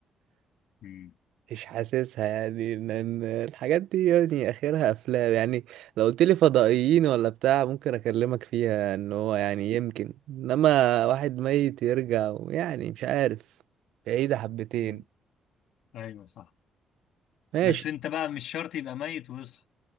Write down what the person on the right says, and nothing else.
مش حاسسها يعني ان إن الحاجات دي يعني اخرها افلام يعني لو قلت لي فضائيين ولا بتاع ممكن اكلمك فيها ان هو يعني يمكن انما واحد ميت يرجع يعني مش عارف بعيدة حبتين
ماشي